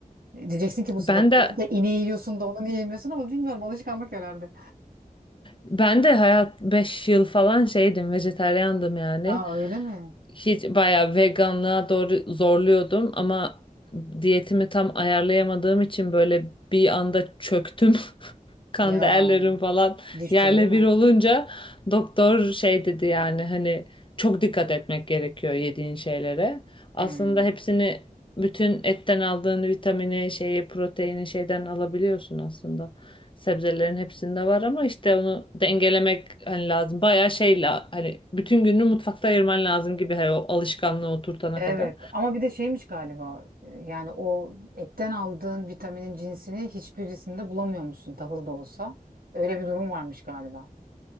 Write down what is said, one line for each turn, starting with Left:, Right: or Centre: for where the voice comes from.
Right: E, Diyeceksin ki bu
Left: Ben
Right: sefer kıyıp
Left: de
Right: da ineği yiyorsun da onu niye yemiyorsun ama bilmiyorum alışkanlık herhalde.
Left: ben de hayat 5 yıl falan şeydim, vejetaryandım yani.
Right: Aa öyle mi?
Left: Hiç bayağı veganlığa doğru zorluyordum ama diyetimi tam ayarlayamadığım için böyle bir anda çöktüm. <laughs> Kan
Right: Ya
Left: değerlerim falan
Right: düştü
Left: yerle
Right: değil mi?
Left: bir olunca doktor şey dedi yani hani çok dikkat etmek gerekiyor yediğin şeylere. Aslında
Right: Hmm.
Left: hepsini bütün etten aldığın vitamini, şeyi, proteini şeyden alabiliyorsun aslında. Sebzelerin hepsinde var ama işte onu dengelemek hani lazım. Bayağı şeyle hani bütün gününü mutfakta ayırman lazım gibi hani o alışkanlığı oturtana
Right: Evet
Left: kadar.
Right: ama bir de şeymiş galiba e, yani o etten aldığın vitaminin cinsini hiçbirisinde bulamıyormuşsun tahıl da olsa. Öyle bir durum varmış galiba.